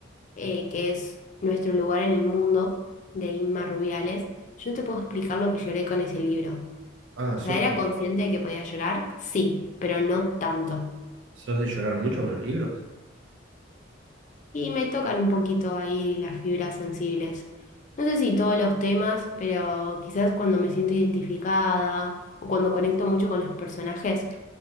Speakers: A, on the left; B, on the right.
A: eh, que es Nuestro lugar en el mundo, de Inma Rubiales, yo no te puedo explicar lo que lloré con ese libro.
B: Ah,
A: O
B: ¿sos,
A: sea, ¿era consciente de que podía llorar? Sí, pero no tanto.
B: sos de llorar mucho con los libros?
A: Y me tocan un poquito ahí las fibras sensibles. No sé si todos los temas, pero quizás cuando me siento identificada o cuando conecto mucho con los personajes,